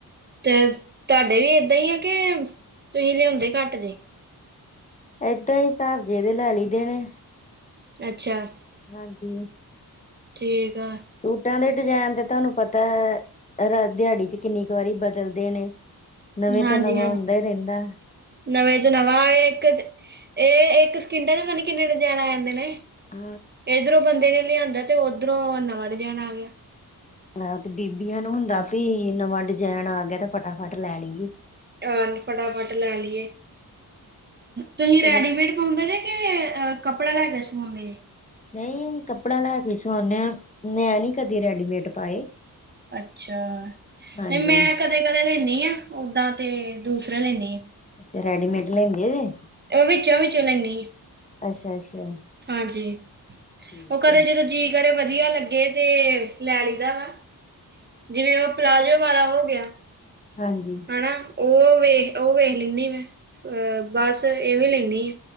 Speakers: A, on the right (about 30°); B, on the left (about 20°).
A: ਤੇ ਤੁਹਾਡੇ ਵੀ ਏਦਾਂ ਹੀ ਆ ਕੇ ਤੁਸੀਂ ਲਿਆਉਂਦੇ ਘੱਟ ਜੇ।
B: ਏਦਾਂ ਹੀ ਹਿਸਾਬ ਜੇ ਦੇ ਲੈ ਲਈਦੇ ਨੇ।
A: ਅੱਛਾ।
B: ਹਾਂਜੀ।
A: ਠੀਕ ਆ।
B: ਸੂਟਾਂ ਦੇ ਡਿਜ਼ਾਇਨ ਤੇ ਤੁਹਾਨੂੰ ਪਤਾ ਐ। ਦਿਹਾੜੀ ਚ ਕਿੰਨੀ ਕੁ ਵਾਰੀ ਬਦਲਦੇ ਨੇ। ਨਵੇਂ
A: ਹਾਂਜੀ,
B: ਤੋਂ ਨਵਾਂ
A: ਹਾਂ
B: ਹੁੰਦਾ ਹੀ ਰਹਿੰਦਾ।
A: ਨਵੇਂ ਤੋਂ ਨਵਾਂ ਇੱਕ ਇਹ ਇੱਕ ਸਕਿੰਟਾਂ ਚ ਪਤਾ ਨ ਕਿੰਨੇ ਡਿਜਾਇਨ ਆ ਜਾਂਦੇ ਨੇ।
B: ਆ
A: ਇੱਧਰੋਂ ਬੰਦੇ ਨੇ ਲਿਆਂਦਾ ਤੇ ਉੱਧਰੋਂ ਨਵਾਂ ਡਿਜ਼ਾਇਨ ਆ ਗਿਆ।
B: ਹਾਂ, ਤੇ ਬੀਬੀਆਂ ਨੂੰ ਹੁੰਦਾ ਵੀ ਨਵਾਂ ਡਿਜਾਇਨ ਆ ਗਿਆ ਤੇ ਫਟਾਫਟ ਲੈ ਲਈਏ।
A: ਆ ਫਟਾਫਟ ਲੈ ਲਈਏ ਤੁਹੀ
B: ਚਲੋ
A: ਰੈਡੀਮੇਡ ਪਾਉਂਦੇ ਜੇ ਕੇ ਕੱਪੜਾ ਲੇ ਕੇ ਸਵਾਂਦੇ ਜੇ।
B: ਨਹੀਂ ਕੱਪੜਾ ਲੈ ਕੇ ਸਵਾਉਂਨ ਆ, ਮੈਂ ਨੀ ਕਦੇ ਰੈਡੀਮੇਟ ਪਾਏ।
A: ਅੱਛਾ, ਨਹੀਂ
B: ਹਾਂਜੀ।
A: ਮੈਂ ਕਦੇ ਕਦੇ ਲੈਂਨੀ ਆ, ਓਦਾਂ ਤੇ ਦੂਸਰਾ ਲੈਂਨੀ ਆ।
B: ਅੱਛਾ, ਰੈਡੀਮੇਡ ਲੈਂਦੇ ਜੇ।
A: ਊ ਵਿੱਚੋਂ ਵਿੱਚੋਂ ਲੈਂਨੀ ਅ।
B: ਅੱਛਾ, ਅੱਛਾ।
A: ਹਾਂਜੀ,
B: ਠੀਕ
A: ਉਹ ਕਦੇ
B: ਹੈ।
A: ਜਦੋਂ ਜੀ ਕਰੇ ਵਧੀਆ ਲੱਗੇ ਤੇ ਲੈ ਲਈਦਾ ਵਾ। ਜਿਵੇਂ ਉਹ ਪਲਾਜ਼ੋ ਵਾਲਾ ਹੋ ਗਿਆ।
B: ਹਾਂਜੀ।
A: ਹਨਾ, ਉਹ ਵੇਖ ਉਹ ਵੇਖ ਲੈਂਨੀ ਮੈਂ ਅਹ ਬਸ ਇਹ ਵੀ ਲੈਂਨੀ ਆ।